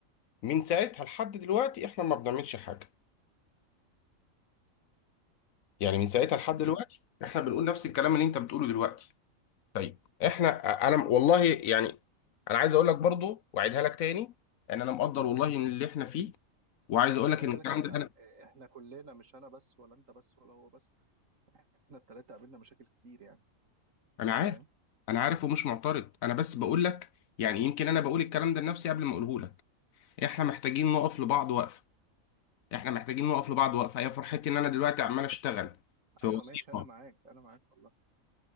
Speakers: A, on the left; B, on the right.
A: من ساعتها لحد دلوقتي احنا ما بنعملش حاجه يعني من ساعتها لحد دلوقتي
B: مم.
A: احنا بنقول نفس الكلام اللي انت بتقوله دلوقتي طيب احنا آه، انا والله يعني انا عايز اقول لك برضو واعيدها لك تاني ان انا مقدر والله ان اللي احنا فيه وعايز اقول لك
B: خلي
A: ان
B: بالك
A: الكلام
B: احنا
A: ده انا
B: احنا كلنا مش انا بس ولا انت بس ولا هو بس احنا التلاتة قابلنا مشاكل كتير يعني
A: انا عارف
B: فاهم
A: انا عارف ومش معترض انا بس بقول لك يعني يمكن انا بقول الكلام ده لنفسي قبل ما اقوله لك احنا محتاجين نقف لبعض وقفه احنا محتاجين نقف لبعض وقفه هي فرحتي ان انا دلوقتي عمال اشتغل في
B: ايوه
A: وظيفه
B: ماشي انا معاك انا معاك والله